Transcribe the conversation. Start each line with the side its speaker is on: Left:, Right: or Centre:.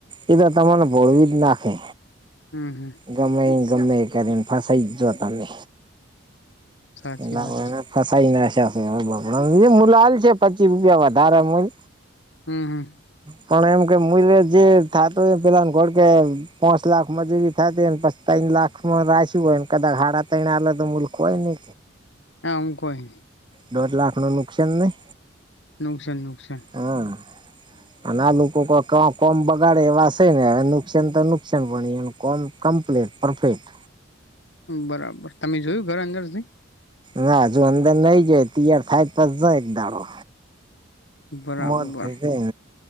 Right: એ તો તમાને ભોળવી જ નાખે
Left: હમ હમ
Right: ગમે ગમે કરીને ફસાઈ જજ તમે
Left: સાચી
Right: એલા
Left: વાત છે
Right: ફસાઈ ના મલાાલ છે પચીસ રૂપિયા વધારે મલ
Left: હમ હમ
Right: પણ એમ કે મુ જે થતોું એ પેલા ઘર કે પાંચ લાખમાં જેવી ને પસ્તા લાખમાં રાશ્યું હોયને કદાચ હાડા ત આ તો મુૂલ્ખ હોય ને
Left: નામું કઈ
Right: દોઢ લાખ નું નુકસાન નહ
Left: નુકસાન નુકસાન
Right: હા અને આ લોકો કોઈ ક કોમ બગાડે એવા છે ને નુકસાન તો નુકસાન પણ કોમ કમપ્લેટ પરફેક્ટ
Left: બરાબર તમે જોયું ઘર અંદર જ
Right: ના હજુ અંદર નઈ જાય તૈયાર થાય તો ન એક દાડો
Left: બરાબર
Right: મોરથી